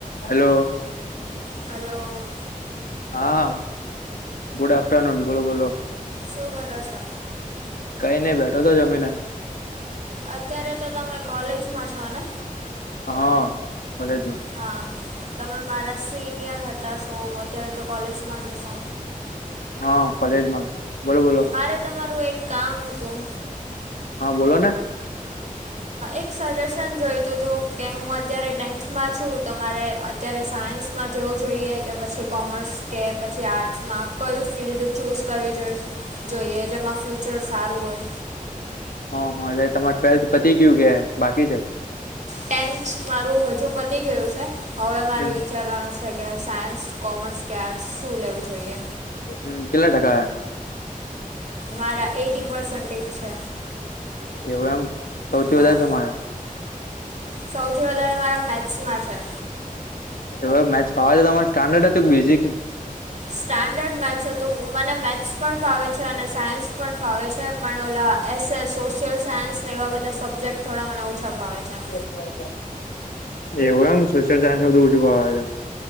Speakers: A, on the left; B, on the right.
A: Hello
B: હાલો
A: હા good afternoon બોલો બોલો
B: શું કરો છો?
A: કઈ નહી બેઠો તો જમીને
B: અત્યારે તો તમે કોલેજમાં છો ને
A: હા કોલેજમાં
B: હા તમે મારા સિનિયર હતા શો અત્યારે તો કોલેજમાં જ હશો
A: હા કોલેજ માં બોરોબર
B: મારે તમારું એક કામ હતું
A: હા બોલો ને
B: એક સજેશન જોઈતું હતું કે હું અત્યારે ટેન્થમાં છું તો મારે અત્યારે સાયન્સમાં જવું જોઈએ કે પછી કોમર્સ કે પછી આર્ટ્સમાં કયું ફિલ્ડ ચૂઝ કરવી જોઈ જોઈએ જેમાં ફ્યુચર સારું હોય.
A: ઓહ એટલે તમારે ટ્વેલ્થ પતિ ગયું કે બાકી છે?
B: ટેન્ટ મારું હજુ પતી ગયું છે. હવે મારે
A: હમ
B: વિચારવાનું છે કે સાયન્સ કોમર્સ કે આર્ટ્સ શું લેવું જોઈએ.
A: હમ કેટલા ટકા આયા
B: મારા એટી પસેન્ટેજ છે.
A: એવું એમ સૌથી
B: હા
A: વધારે સેમાં આવ્યા?
B: સૌથી વધારે મારા મેથ્સમાં છે.
A: એવુ મેથ્સ ફાવે છે તમારે સ્ટાન્ડર્ડ હતું ક બેઝિકનું
B: સ્ટન્ડર્ડ મેથ્સ હતું મને મેથ્સ પણ ફાવે છે અને સાયન્સ પણ ફાવે છે પણ ઓલા એસ એ સોશિયલ સાયન્સને એવા બધા સબ્જેક્ટ. થોડા મને ઓછા ભાવે છે.
A: <inaudible> એવું એમ સોશિયલ સાયન્સમાં વધુ ફાવે છે